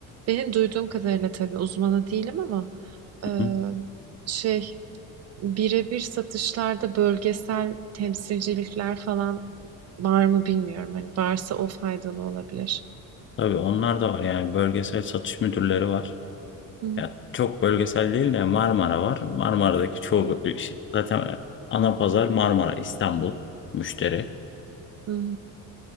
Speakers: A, on the right (about 45°); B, on the left (about 35°).
A: benim duyduğum kadarıyla tabii uzmanı değilim ama e,
B: hı,
A: şey Birebir satışlarda bölgesel temsilcilikler falan var mı bilmiyorum. Hani varsa o faydalı olabilir.
B: tabii onlar da var. Yani bölgesel satış müdürleri var.
A: Hı
B: Ya çok bölgesel değil de Marmara var. Marmara'daki çoğu zaten ana pazar Marmara, İstanbul müşteri.
A: hı.